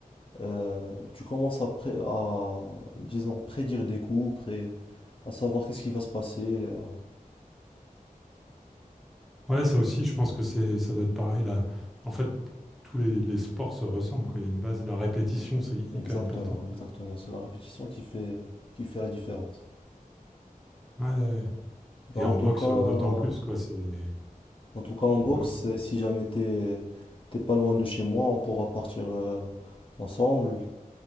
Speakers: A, on the left; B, in the centre.
A: euh, tu commences à, pré- à, disons, prédire des coups, pré- à savoir qu'est-ce qui va se passer. à-
B: Ouais, ça aussi, je pense que c'est, ça doit être pareil. Là. En fait, tous les, les sports se ressemblent, quoi. Il y a une base, la répétition, c'est
A: Exactement,
B: hyper important.
A: exactement. C'est la répétition qui fait, qui fait la différence.
B: Ouais.
A: Bah,
B: Et
A: en
B: en
A: tout
B: boxe,
A: cas, en
B: euh, d'autant plus, quoi. C'est
A: tout cas, en
B: faut
A: boxe,
B: vraiment.
A: euh, si jamais t'es, t'es pas loin de chez moi, on pourra partir euh, ensemble.